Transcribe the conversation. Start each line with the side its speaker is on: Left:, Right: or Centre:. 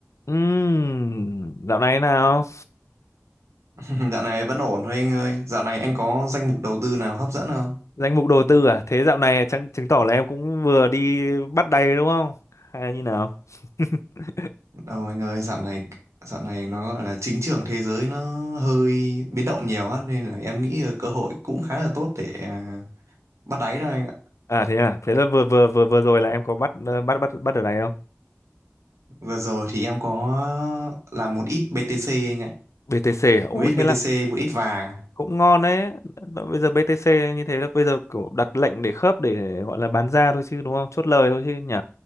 Left: Ừm, dạo này thế nào?
Right: <laughs> Dạo này vẫn ổn thôi anh ơi. Dạo này anh có danh mục đầu tư nào hấp dẫn không?
Left: Danh mục đầu tư à? Thế dạo này chắc chứng tỏ là em cũng vừa đi bắt đầy đúng không? Hay là như nào? <laughs>
Right: Đâu anh ơi, dạo này dạo này nó gọi là chính trường thế giới nó hơi biến động nhiều á nên là em nghĩ cơ hội cũng khá là tốt để à, bắt đáy đó anh ạ.
Left: À thế à, thế là vừa vừa vừa vừa rồi là em có bắt ờ, bắt bắt bắt ở này không?
Right: Vừa rồi thì em có làm một ít BTC anh ạ.
Left: BTC à?
Right: Một
Left: Ồ
Right: ít BTC,
Left: thế là
Right: một ít vàng.
Left: cũng ngon đấy. Bây giờ BTC như thế là bây giờ kiểu đặt lệnh để khớp để gọi là bán ra thôi chứ đúng không? Chốt lời thôi chứ nhỉ?